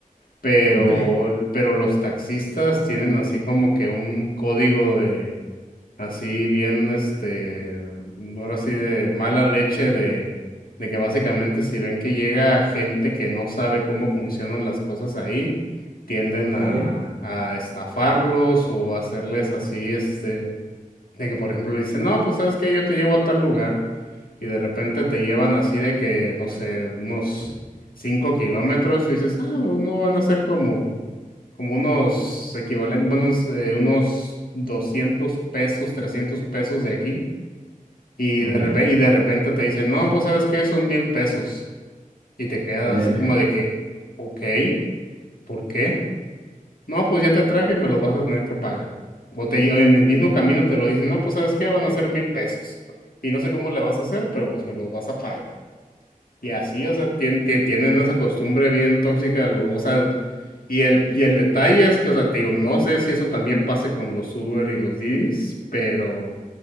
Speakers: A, on the left; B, on the right.
A: Pero,
B: ok,
A: pero los taxistas tienen así como que un código de, Así bien, este, ahora sí de mala leche de, de que básicamente si ven que llega gente que no sabe cómo funcionan las cosas ahí, tienden
B: ¿vale?
A: a, a estafarlos o hacerles así, este, de que por ejemplo le dicen, no, pues sabes que yo te llevo a tal lugar y de repente te llevan así de que, no sé, unos cinco kilómetros, tú dices, ah, pues no van a ser como como unos equivalentes, bueno, unos, eh, unos 200 pesos, 300 pesos de aquí, y
B: Ok,
A: de repente, y de repente te dicen, no, pues sabes qué, son mil pesos, y te quedas
B: verga.
A: así como de que, ok, ¿por qué? No, pues ya te traje, me los vas a tener que pagar. O, te, o en el mismo camino te lo dicen, no, pues sabes qué, van a ser mil pesos, y no sé cómo le vas a hacer, pero pues me los vas a pagar. Y así, o sea, tien- tie- tienen esa costumbre bien tóxica, lo- o sea, y el, y el detalle es que, o sea, te digo, no sé si eso también pase con los Uber y los Didis, pero